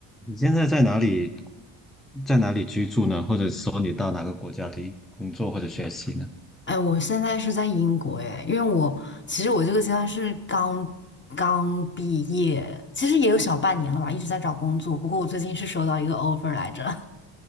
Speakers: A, in the centre; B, on the left.
A: 你现在在哪里，在哪里居住呢？或者说你到哪个国家里工作或者学习呢？
B: 哎，我现在是在英国哎，因为我其实我这个阶段是刚刚毕业，其实也有小半年了吧，一直在找工作。不过我最近是收到一个 offer 来着，